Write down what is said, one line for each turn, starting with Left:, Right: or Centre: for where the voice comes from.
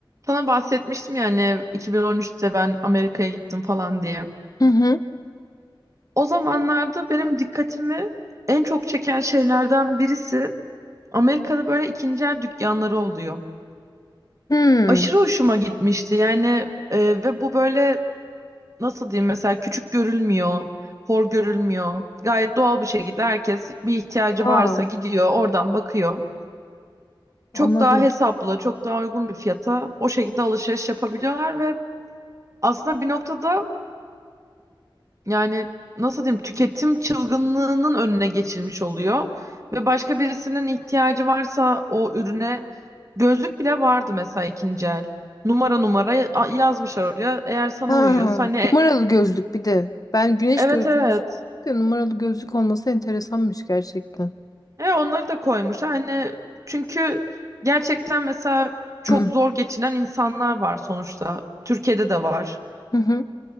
Right: Sana bahsetmiştim yani 2013'te ben Amerika'ya gittim falan diye.
Left: Hı hı.
Right: O zamanlarda benim dikkatimi en çok çeken şeylerden birisi Amerika'da böyle ikinci el dükkanları oluyor.
Left: Hmm.
Right: Aşırı hoşuma gitmişti yani e, ve bu böyle nasıl diyeyim mesela küçük görülmüyor, hor görülmüyor. Gayet doğal bir şekilde herkes bir ihtiyacı varsa
Left: Aa,
Right: gidiyor oradan bakıyor.
Left: anladım.
Right: Çok daha hesaplı, çok daha uygun bir fiyata o şekilde alışveriş yapabiliyorlar ve aslında bir noktada Yani nasıl diyeyim tüketim çılgınlığının önüne geçilmiş oluyor ve başka birisinin ihtiyacı varsa o ürüne gözlük bile vardı mesela ikinci el. Numara numara ya- a- yazmışlar oraya. Eğer sana
Left: Ha,
Right: uyuyorsa hani e-
Left: numaralı gözlük bir de. Ben güneş
Right: evet
Left: gözlüğü
Right: evet.
Left: düşündüm. de Numaralı gözlük olması enteresanmış gerçekten.
Right: E onları da koymuşlar. Hani çünkü gerçekten mesela çok
Left: <clears throat> Hı
Right: zor geçinen insanlar var sonuçta. Türkiye'de de var.
Left: hı.